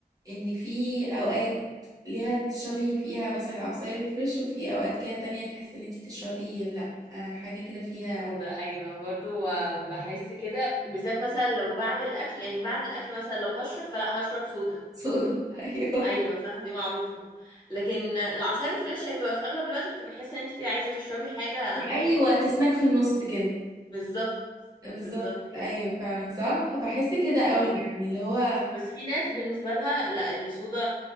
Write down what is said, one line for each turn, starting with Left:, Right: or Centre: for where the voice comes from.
Right: ان في اوقات ليها تشربي فيها مثلا عصاير الفريش وفي اوقات كده تانية تحس ان انتي تشربي لا آه، حاجة كده فيها
Left: سودا ايوه برضو آه، بحس كده بالذات مثلا لو بعد الاكل يعني بعد الاكل مثلا لو هشرب فلا هشرب سودا
Right: صودا <laughs> ايوه
Left: ايوه صح دي معروفه لكن آه، العصاير الفريش هي بتبقى في اغلب الوقت بتبقى حاسه ان انت كده عايزه تشربي حاجه
Right: ايوه تسناك في النص كده
Left: بالظبط
Right: بالظبط
Left: بالظبط كده
Right: ايوه فعلا صح بحس كده قوي
Left: اه
Right: يعني اللي هو
Left: بس في ناس بالنسبه لها لا السودا